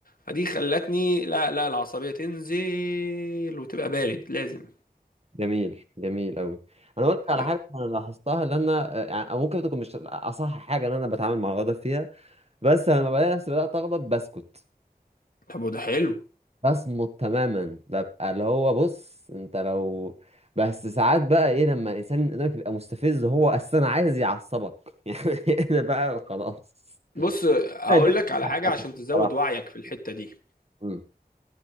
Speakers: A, on the left (about 60°); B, on the right (about 40°).
A: فدي خلتني لا لا العصبية تنزل وتبقى بارد لازم
B: جميل جميل قوي انا اقول لك
A: ف-
B: على حاجه انا لاحظتها لان انا آه، يعني أو ممكن تكون مش اصح حاجه ان انا بتعامل مع الغضب فيها بس انا لما بلاقي نفسي بدات اغضب بسكت
A: طب وده حلو
B: بصمت تماما ببقى اللي هو بص انت لو بس ساعات بقى ايه لما الانسان اللي قدامك يبقى مستفز هو اساسا عايز يعصبك <laughs> يعني انا بقى خلاص
A: بص هقول
B: أنا ده
A: لك على حاجة عشان تزود
B: بصراحة
A: وعيك في الحتة دي
B: امم